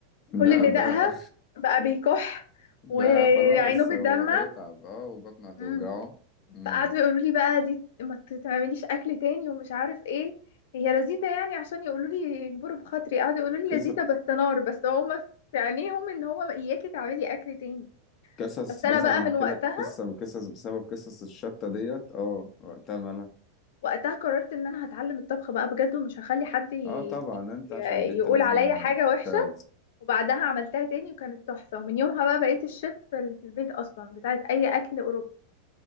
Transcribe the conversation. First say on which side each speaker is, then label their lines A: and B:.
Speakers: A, on the left; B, on the left.
A: لا
B: كل اللي
A: ده
B: دقها
A: <laughs>
B: بقى بيكح
A: ده
B: وعينه
A: خلاص
B: بتدمع
A: هو هيتعب اه وبطنه هتوجعه
B: مم.
A: مم.
B: فقعدوا يقولوا لي بقى دي ما تعمليش أكل تاني ومش عارف إيه هي لذيذة يعني عشان يقولوا لي يجبروا بخاطري قعدوا يقولوا لي
A: قصص
B: لذيذة بس نار بس هما في عينيهم إن هو إياكي تعملي أكل تاني
A: قصص
B: بس أنا
A: مثلا
B: بقى من
A: هحكي
B: وقتها
A: لك قصة من قصص بسبب قصص الشطة ديت اه وقتها مالها
B: وقتها قررت ان انا هتعلم الطبخ بقى بجد ومش هخلي حد ي...
A: اه طبعا انت
B: ي-
A: عشان بنت
B: يقول
A: لازم
B: عليا حاجة وحشة
A: فعلا
B: وبعدها عملتها تاني وكانت تحفة ومن يومها بقى بقيت الشيف اللي في البيت اصلا بتاعت اي اكل اوروبي